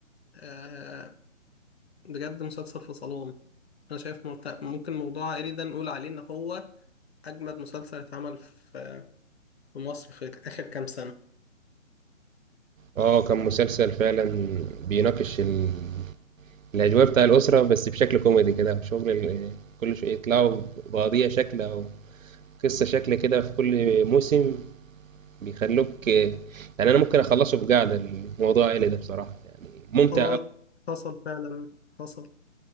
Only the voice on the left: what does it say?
آه بجد مسلسل في صالون انا شايف مرت- ممكن موضوع عائلي ده نقول عليه ان هو اجمد مسلسل اتعمل في في مصر في اخر كام سنة
اه حصل فعلا حصل